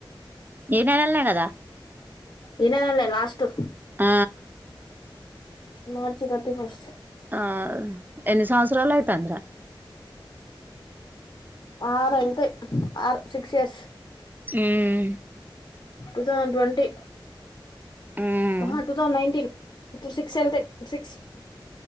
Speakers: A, on the right; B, on the left.
A: ఈ నెలల్నే కదా
B: ఈ నెలల్నే లాస్ట్
A: ఆ
B: మార్చి థర్టీ ఫస్ట్
A: ఆ ఎన్ని సంవత్సరాల అయితాంది రా?
B: ఆరు ఎల్తయ్ ఆరు సిక్స్ ఇయర్స్
A: ఉమ్మ్
B: టూ థౌజండ్ ట్వంటి
A: ఉమ్
B: ఉహు టూ థౌజండ్ నైన్టిన్ ఇప్పుడు సిక్స్ వెళ్తే సిక్స్